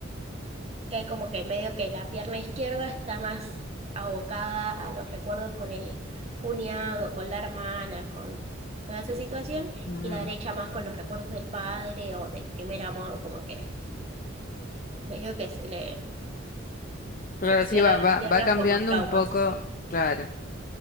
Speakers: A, on the right; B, on the left.
A: que como que medio que la pierna izquierda está más abocada a los recuerdos con el cuñado, con la hermana, con toda esa situación,
B: Mm,
A: y la derecha más con los recuerdos del padre o del primer amor, como que medio que se le
B: Claro,
A: seccionan
B: sí, va,
A: las
B: va,
A: piernas
B: va cambiando
A: por los traumas.
B: un poco, claro,